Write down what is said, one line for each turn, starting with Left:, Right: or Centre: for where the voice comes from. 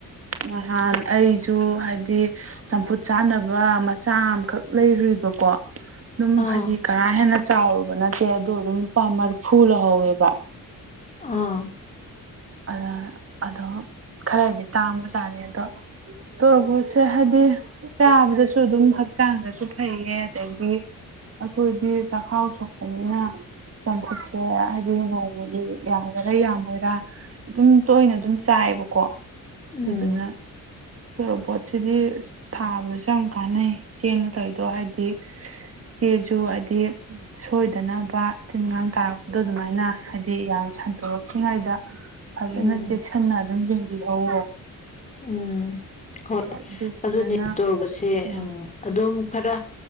Right: ꯅꯍꯥꯟ ꯑꯩꯁꯨ ꯍꯥꯏꯗꯤ ꯆꯝꯐꯨꯠ ꯆꯥꯅꯕ ꯃꯆꯥ ꯑꯃꯈꯛ ꯂꯩꯔꯨꯏꯕꯀꯣ ꯑꯗꯨꯝ
Left: ꯑꯥ
Right: ꯍꯥꯏꯗꯤ ꯀꯔꯥ ꯍꯦꯟꯅ ꯆꯥꯎꯔꯨꯕ ꯅꯠꯇꯦ ꯑꯗꯣ ꯑꯗꯨꯝ ꯂꯨꯄꯥ ꯃꯔꯤꯐꯨ ꯂꯧꯍꯧꯋꯦꯕ
Left: ꯑꯥ
Right: ꯑꯗ ꯑꯗꯣ ꯈꯔꯗꯤ ꯇꯥꯡꯕꯖꯥꯠꯅꯤ ꯑꯗꯣ ꯇꯕꯨ ꯁꯦ ꯍꯥꯏꯗꯤ ꯆꯥꯕꯗꯁꯨ ꯑꯗꯨꯝ ꯍꯛꯆꯥꯡꯗꯁꯨ ꯐꯩꯌꯦ ꯑꯗꯒꯤ ꯑꯩꯈꯣꯏꯗꯤ ꯆꯈꯥꯎ ꯁꯣꯛꯄꯅꯤꯅ ꯆꯝꯐꯨꯠꯁꯦ ꯍꯥꯏꯗꯤ ꯅꯣꯡꯃꯗꯤ ꯌꯥꯒꯦꯔꯥ ꯌꯥꯝꯃꯣꯏꯔꯥ ꯑꯗꯨꯝ ꯇꯣꯏꯅ ꯑꯗꯨꯝ ꯆꯥꯏꯑꯌꯦꯕꯀꯣ ꯑꯗꯨꯗꯨꯅ
Left: ꯎꯝ
Right: ꯇꯣꯔꯣꯕꯣꯠꯁꯤꯗꯤ ꯊꯥꯕꯗꯁꯨ ꯌꯥꯝ ꯀꯥꯟꯅꯩ ꯆꯦꯅ ꯇꯧꯔꯤꯗꯣ ꯍꯥꯏꯗꯤ ꯆꯦꯖꯨ ꯍꯥꯏꯗꯤ ꯁꯣꯏꯗꯅꯕ ꯇꯤꯟ ꯀꯥꯡ ꯇꯥꯔꯛꯄꯗꯣ ꯑꯗꯨꯃꯥꯏꯅ ꯍꯥꯏꯗꯤ ꯌꯥꯝ ꯁꯟꯇꯣꯔꯛꯇ꯭ꯔꯤꯉꯩꯗ ꯐꯖꯅ
Left: ꯎꯝ
Right: ꯆꯦꯛꯁꯤꯟꯅ ꯑꯗꯨꯝ ꯌꯦꯡꯕꯤꯍꯧꯋ
Left: ꯎꯝ ꯍꯣꯏ
Right: ꯑꯗꯨ ꯐꯖꯅ
Left: ꯑꯗꯨꯅꯦ ꯇꯣꯔꯕꯣꯠꯁꯦ
Right: ꯑꯥ
Left: ꯑꯗꯨꯝ ꯈꯔ